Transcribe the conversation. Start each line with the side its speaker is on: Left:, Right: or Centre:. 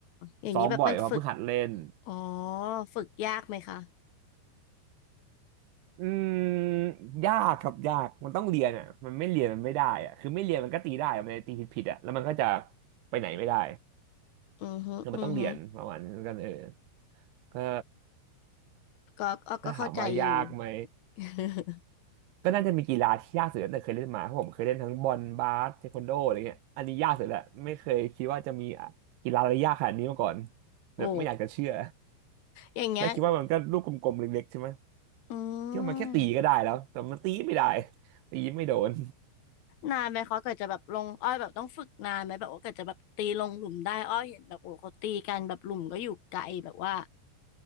Left: อย่างนี้แบบมันฝึก
Right: ซ้อมบ่อยเพราะเพิ่งหัดเล่น
Left: อ๋อฝึกยากไหมคะ
Right: อืมยากครับยากมันต้องเรียนอ่ะมันไม่เรียนมันไม่ได้อ่ะคือไม่เรียนมันก็ตีได้อะมันจะตีผิดผิดอ่ะแล้วมันก็จะไปไหนไม่ได้
Left: อือฮึอือฮึ
Right: คือมันต้องเรียนประมาณนั้นกันเออก็
Left: ก็อ้อก็เข้าใจอยู่
Right: ถ้าถามว่ายากไหม
Left: <laughs>
Right: ก็น่าจะมีกีฬาที่ยากสุดตั้งแต่เคยเล่นมาเพราะผมเคยเล่นทั้งบอลบาสเทควันโดอะไรเงี้ยอันนี้ยากสุดแหละไม่เคยคิดว่าจะมีกีฬาอะไรยากขนาดนี้มาก่อนแบบไม่อยากจะเชื่อ
Left: โอ้อย่างเงี้ย
Right: และคิดว่ามันก็ลูกกลมๆเล็กๆใช่ไหม
Left: อื
Right: คิดว่ามันแค่ตีก็ได้แล้วแต่มันตีไม่ได้
Left: ม
Right: ตีไม่โดน
Left: นานไหมเขาเกิดจะแบบลงอ้อยแบบต้องฝึกนานไหมแบบว่าเกิดจะแบบตีลงหลุมได้อ้อยเห็นแบบโอ้เขาตีกันแบบหลุมก็อยู่ไกลแบบว่า